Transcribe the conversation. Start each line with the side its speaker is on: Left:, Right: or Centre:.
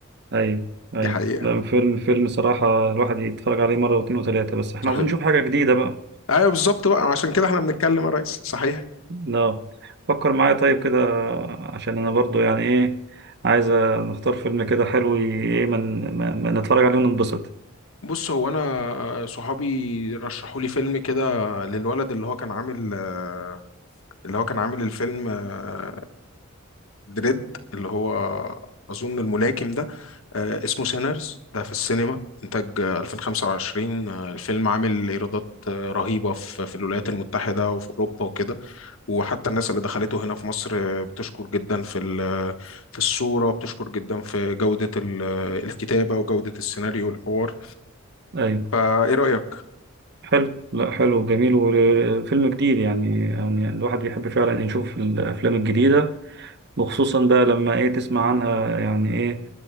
Right: ايوه ايوه
Left: دي حقيقه
Right: لا فيلم فيلم صراحه الواحد يتفرج عليه مره واتنين وتلاته بس احنا
Left: صحيح
Right: عاوزين نشوف حاجه جديده بقى
Left: ايوه بالظبط بقى عشان كده احنا بنتكلم يا ريس صحيح
Right: لا فكر معايا طيب كده عشان انا برضو يعني ايه عايز نختار فيلم كده حلو ي- ايه من من من نتفرج عليه وننبسط
Left: بص هو انا آه، صحابي رشحوا لي فيلم كده للولد اللي هو كان عامل آه، اللي هو كان عامل الفيلم آه، دريد اللي هو اظن الملاكم ده آه، اسمه سينرز ده في السينما انتاج آه، 2025 آه، الفيلم عامل ايرادات آه، رهيبه في في الولايات المتحده وفي اوروبا وكده وحتى الناس اللي دخلته هنا في مصر آه، بتشكر جدا في ال- في الصوره بتشكر جدا في جوده ال- آه، الكتابه وجوده السيناريو والحوار
Right: ايوه
Left: فايه رايك
Right: حلو لا حلو جميل وفيلم جديد يعني يعني الواحد بيحب فعلا يشوف الافلام الجديدة وخصوصا بقى لما ايه تسمع عنها يعني ايه